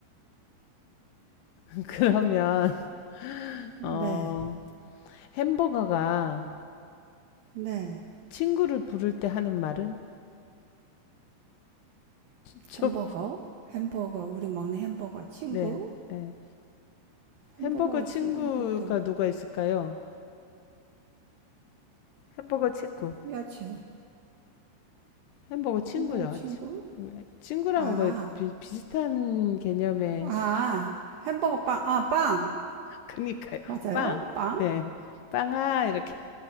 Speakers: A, on the left (about 80°); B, on the right (about 75°).
A: <laughs> 그러면
B: 네,
A: 어, 햄버거가
B: 네
A: 친구를 부를 때 하는 말은 좀,
B: 햄버거, 햄버거 우리 먹는 햄버거 친구,
A: 네. 예.
B: 햄버거
A: 햄버거 친구가
B: 친구를 부를 때
A: 누가 있을까요? 햄버거 친구.
B: 야채,
A: 햄버거 친구요.
B: 햄버거 친구,
A: 네. 친구랑
B: 아,
A: 거의 비, 비슷한 개념의,
B: 아 햄버거 빵, 아 빵,
A: 그니까요.
B: 맞아요?
A: 빵.
B: 빵?
A: 네. 빵아, 이렇게.